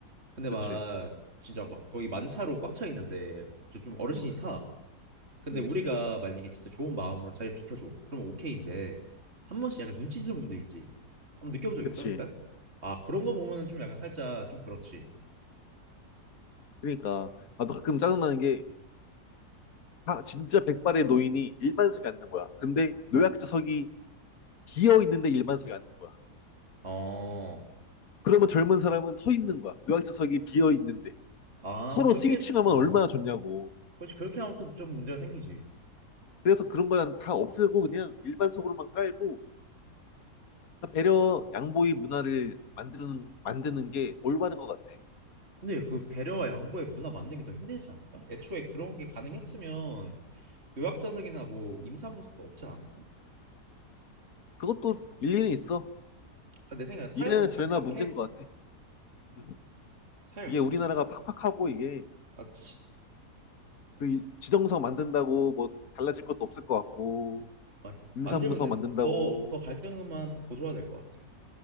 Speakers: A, on the right (about 40°); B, on the left (about 60°).
A: 근데 막
B: 그치.
A: 진짜 막 거의 만차로 꽉 차 있는데 진짜 좀 어르신이
B: 음,
A: 타. 근데
B: 음,
A: 우리가 만약에 진짜 좋은 마음으로 자리 비켜줘. 그러면 오케이인데 한 번씩 약간 눈치 주는 분들 있지. 한번 느껴본 적
B: 그치.
A: 있어? 약간? 아 그런 거 보면은 좀 약간 살짝 좀 그렇지.
B: 그러니까, 나도 가끔 짜증나는 게, 아, 진짜 백발의 노인이 일반석에 앉는 거야. 근데 노약자석이 비어 있는데 일반석에 앉는 거야.
A: 어.
B: 그러면 젊은 사람은 서 있는 거야. 노약자석이 비어 있는데.
A: 아
B: 서로
A: 그렇게
B: 스위칭하면
A: 어.
B: 얼마나 좋냐고.
A: 그렇지 그렇게 하면 또 좀 문제가 생기지.
B: 그래서 그런 거는 다 없애고 그냥 일반석으로만 깔고, 배려, 양보의 문화를 만드는, 만드는 게 올바른 것 같아.
A: 근데 그 배려와 양보의 문화 만드는 게 더 힘들지 않을까? 애초에 그런 게 가능했으면 요약자석이나 뭐 임산부석도 없지 않았을까?
B: 그것도
A: 아니,
B: 일리는 있어.
A: 그러니까 내 생각에 사회가
B: 이래나
A: 너무
B: 저래나
A: 각박해.
B: 문제인 것 같아. 음.
A: 사회가
B: 이게
A: 각박한
B: 우리나라가
A: 것
B: 팍팍하고
A: 같아.
B: 이게
A: 맞지?
B: 그 지정서 만든다고 뭐 달라질 것도 없을 것 같고
A: 마,
B: 임산부서
A: 만들면 돼.
B: 만든다고
A: 더, 더 갈등만 더 고조화 될것 같아.